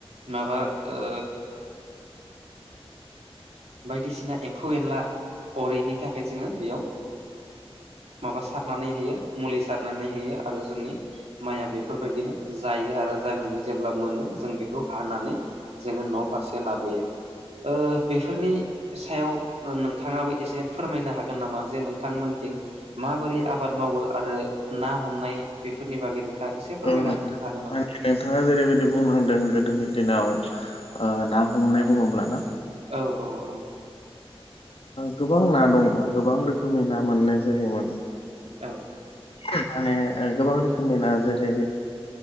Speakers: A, on the right; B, on the left.
A: माबा ओ बायदिसिना एम्फौ एनला अरैनि थाखाय जोंङो बेयाव माबा सारनानै होयो मुलि सारनानै होयो आरो जोंनि माइया बेफोरबायदिनो जायो आरो जानानै जेब्ला मोनो जों बेखौ हानानै जोंङो न' फारसे लाबोयो बे बेफोरनि सायाव नोंथांङाबो एसे फोरमायनो हागोन नामा जे नोंथांमोनसिं माबोरै आबाद मावो आरो ना हमनाय बेफोरनि बागैनो दा एसे फोरमायना
B: औ नों
A: होनो हागोन
B: माने
A: नामा?
B: नोंथाङा जेरैबायदि बुंनांदों गोदोनि दिनाव ना हमनाय बुंङोब्लाना।
A: औ औ औ।
B: गोबां ना दंङोमोन गोबां रोखोमनि ना मोननाय जायोमोन
A: औ औ
B: माने गोबां रोखोमनि न' जेरै